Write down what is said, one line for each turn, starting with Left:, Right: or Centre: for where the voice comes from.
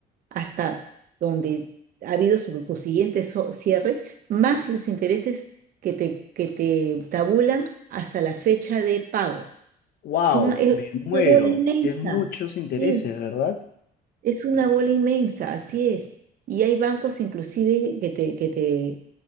Right: hasta donde ha habido su- tu siguiente so- cierre, más los intereses que te, que te tabulan hasta la fecha de pago.
Left: ¡Wow!
Right: Son, es
Left: Me
Right: una
Left: muero.
Right: bola inmensa,
Left: Es muchos intereses,
Right: sí,
Left: ¿verdad?
Right: es una bola inmensa, así es. Y hay bancos inclusive que te, que te,